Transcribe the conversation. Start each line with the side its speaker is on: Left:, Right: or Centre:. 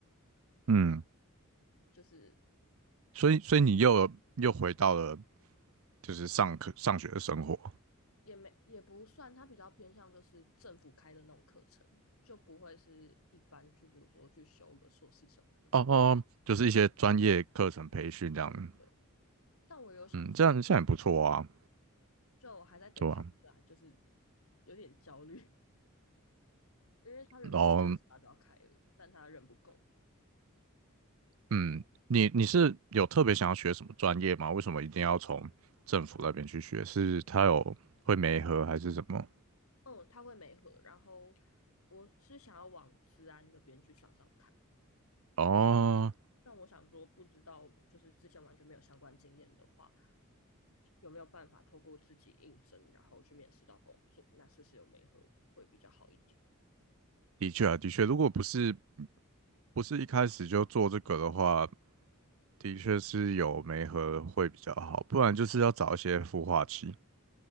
Right: 嗯，
Left: 就是
Right: 所以所以你又又回到了就是上课上学的生活
Left: 也没也不算，它比较偏向就是政府开的那种课程，就不会是一般去，比如说去修个硕士什么的。
Right: 哦哦，就是一些专业课程培训这样，
Left: 我就但我有想说，
Right: 嗯，这样这样也不错啊，
Left: 就我还在等开课啊，
Right: 对吧？
Left: 就是有点焦虑，<laughs> 因为他原本四月二十八就要开了，
Right: 然后。
Left: 但他人不够，
Right: 嗯，你你是有特别想要学什么专业吗？为什么一定要从政府那边去学？是他有会媒合还是什么？
Left: 嗯，他会没合，然后我是想要往治安那边去上上看，
Right: 哦，
Left: 但我想说，不知道就是之前完全没有相关经验的话，有没有办法透过自己应征，然后去面试到工作？那是不是有媒合会比较好一点？
Right: 的确啊，的确，如果不是不是一开始就做这个的话，的确是有媒合会比较好，不然就是要找一些孵化器，